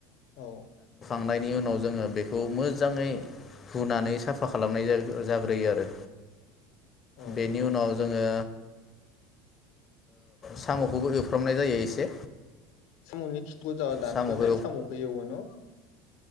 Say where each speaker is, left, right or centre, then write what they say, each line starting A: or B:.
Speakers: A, on the left; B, on the left.
A: औ।
B: बिनि उनाव जोंङो मोजांङै साफा खालामनाय जाग्रोयो आरो।
A: औ
B: बेनि उनाव जोंङो। सामखौबो एवफ्रामनाय जायो एसे
A: सामनि- खिथुखौ दानसनानै
B: साम'खौ
A: सामखौ एवोना